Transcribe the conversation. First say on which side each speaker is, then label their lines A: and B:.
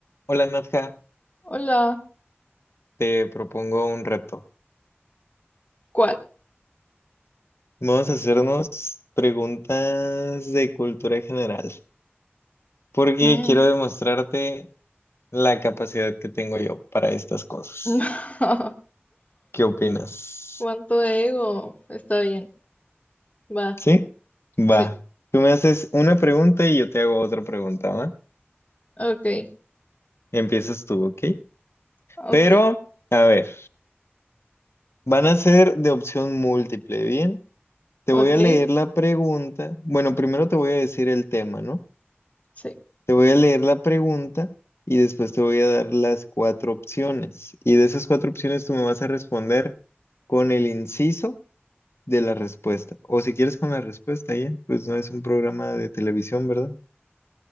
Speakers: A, on the left; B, on the left.
A: Hola Nadja,
B: Hola,
A: te propongo un reto.
B: ¿cuál?
A: Vamos a hacernos preguntas de cultura general, porque
B: Mm,
A: quiero demostrarte la capacidad que tengo yo para estas cosas.
B: <laughs> No.
A: ¿Qué opinas?
B: ¿Cuánto ego? Está bien, va,
A: ¿Sí? Va.
B: sí.
A: Tú me haces una pregunta y yo te hago otra pregunta, ¿va?
B: Ok,
A: Empiezas tú, ¿ok?
B: ok,
A: Pero, a ver, van a ser de opción múltiple, ¿bien? Te
B: ok,
A: voy a leer la pregunta. Bueno, primero te voy a decir el tema, ¿no?
B: sí,
A: Te voy a leer la pregunta y después te voy a dar las cuatro opciones. Y de esas cuatro opciones tú me vas a responder con el inciso de la respuesta. O si quieres con la respuesta ya, pues no es un programa de televisión, ¿verdad?